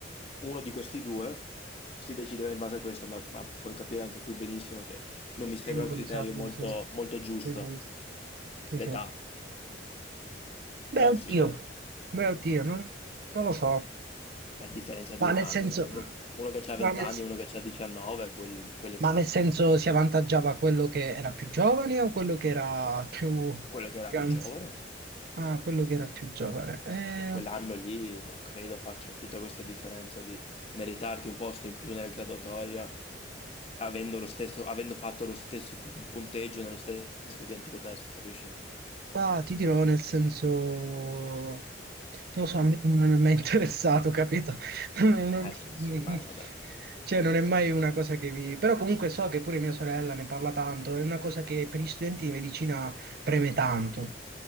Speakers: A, on the left; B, on the right.
A: uno di questi due si decideva in base a questo, ma, ma puoi capire anche tu benissimo che non mi sembra
B: E improvvisato,
A: un criterio
B: dove
A: molto
B: c'è,
A: molto giuetà.
B: dove c'è, dove
A: L'età,
B: c'è.
A: però
B: Beh, oddio,
A: sì, dai.
B: beh, oddio, non, non lo so,
A: Beh, differenza di
B: ma
A: un
B: nel
A: anno,
B: senso,
A: dai. Uno, uno che ha
B: ma
A: 20
B: nel,
A: anni e uno che ha 19, quel- quelle-
B: ma nel senso si avvantaggiava quello che era più giovane o quello che era più,
A: quello che era
B: anzi,
A: più giovane,
B: ah, quello che era più giovane. Eh,
A: e quell'anno lì non credo faccia tutta questa differenza di meritarti un posto in più nella graduatoria avendo, lo stesso, avendo fatto lo stesso pu- punteggio nello stesso identico test, capisci?
B: Ah, ti dirò nel senso, non lo so, a me non mi è mai interessato, capito? <laughs> Non-
A: Eh sì, sì,
B: non-
A: ma vabbè.
B: Cioè, non è mai una cosa che mi... Però comunque so che pure mia sorella ne parla tanto, è una cosa che per gli studenti di medicina preme tanto.